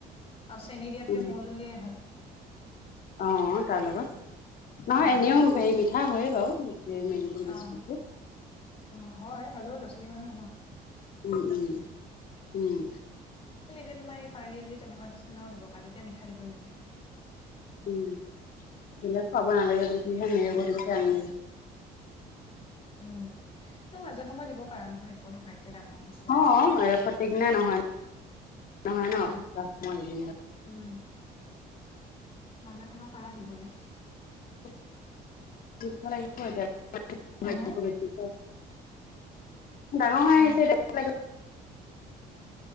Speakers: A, on the left (about 35°); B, on the left (about 55°).
A: আৰু চেনী দিয়াতকে
B: উম
A: মৌজুলিয়াই ভাল।
B: অ' তাৰ লগত নহয়
A: উম
B: এনেও হেৰি মিঠা হয়য়ে বাৰু। এই মেৰিগল বিস্কুটটো
A: অ' অ' হয় হ্লেও লচোন <unintelligible>
B: উম উম উম
A: দি তোমাৰ এই পাৰ্ি যি তেনেকুৱা নিচিনাও দিব পাৰা তেতিয়া মিঠা দিবই নালাগে।
B: উম পাব নালাগে বুলি
A: সেনেকে
B: তহে
A: দিব
B: মজে
A: পাৰা
B: বল গৈছো।
A: উম ন মাজে সময় দিব পাৰা নহয় একো নহয়। এতিয়া ডাঙৰ হৈছে
B: অ' সতি দিনা নহয় নহয় ন
A: উম
B: এিন
A: উম মাজে সময়ে পাৰা দিবলৈ।
B: <unintelligible>
A: হা হা
B: ডাঙৰ হৈ
A: অ
B: আহিছে এতিয়া লাগ